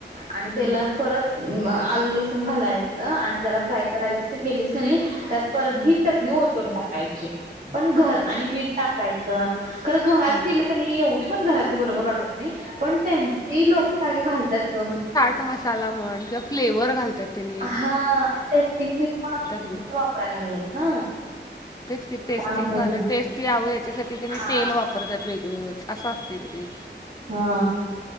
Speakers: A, on the right; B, on the left.
A: आणि तेलात
B: हम्म,
A: परत आलं लसून घालायचं आणि जरा फ्राय करायचं ते केलीस का नाही त्यात परत
B: हम्म.
A: ही चटणी ओतून टाकायची पण घर
B: बरं.
A: आणि मीठ टाकायचं खरं घरात
B: हम्म.
A: केलं का नाही एवढी पण घरातली बरोबर वाटत नाही पण त्यां ते लोक काय काय घालतात ग म्हण
B: तो मसाला म्हण किंवा फ्लेवर घालतात त्यां
A: हा आणि टेस्टिंग मीठ पण
B: ग
A: वापरायला लागलंत ना.
B: ते टेस्टिंग
A: त्यामुळे
B: वालं टेस्ट यावं याच्यासाठी त्यांनी
A: हा
B: तेल वापरतात वेगळंच असं असते तिथे ते
A: हा.